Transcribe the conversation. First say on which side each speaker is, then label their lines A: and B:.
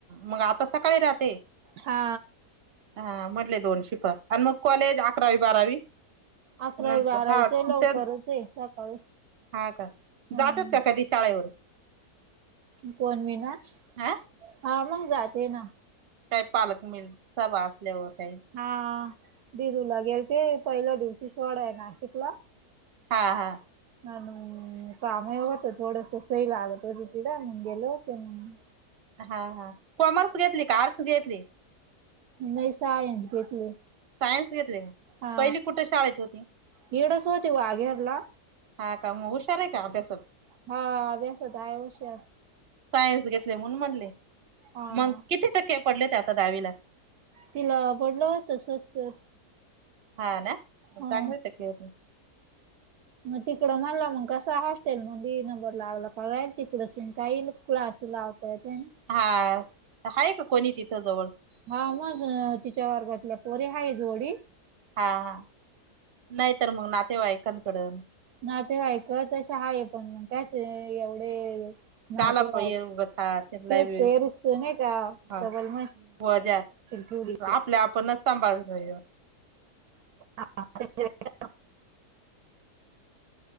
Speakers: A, on the right; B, on the right.
A: मग आप त सकाळी राहते.
B: हा
A: हा मधल्या दोन शिपा आणि मग कॉलेज अकरावी बारावी
B: अकरावी
A: नंतर
B: बारावीच
A: हा
B: ही लवकरचये
A: त्या
B: सकाळी
A: हा का
B: हम्म
A: जात्यात का कधी शाळेवर
B: कोण मी ना
A: हा
B: हा मंग जाते ना
A: काय पालक मिल सभा असल्यावर काही
B: हा दिदुला गेलते पहिल्या दिवशी सोडाय नाशिकला
A: हा हा
B: आणि मंग काम ही होत थोडस सही लागत होती तिड मंग गेले होते मंग
A: हा हा कॉमर्स घेतली का आर्टस घेतले.
B: नाय सायस घेतले.
A: सायन्स घेतले का
B: हा
A: पहिली कुठे शाळेत होती
B: येडस होते वाघेरला
A: हा का म हुशार ये का अभ्यासात
B: हा अभ्यासात आहे हुशार
A: सायन्स घेतलय म्हणून म्हणले
B: हा
A: मग किती टक्के पडले होते आता दहावीला
B: तिला पडलं होतं सत्तर
A: हा ना म
B: हा
A: चांगलं टक्के होत
B: म तिकड म्हणला मग कसा हॉस्टेल मंधी नंबर लागला प राहीन तिकडच काही क्लास लाव कळतंय न
A: हा हाये का कोणी तिथं जवळ
B: हा मग तिच्या वर्गातल्या पोरी हाय जोडी
A: हा हा नाय तर म नातेवाईकांकडनं
B: नातेवाईक तशे हाये पण मंग कायच एवढे नातेवाईक
A: काआला पण ये हात येणं लावील
B: तेच ते रिस्क नाही का
A: हा
B: डबल मशीन
A: बोज्या
B: ठेवली
A: ग आपल्या आपणच सांभाळचंय
B: <unintelligible>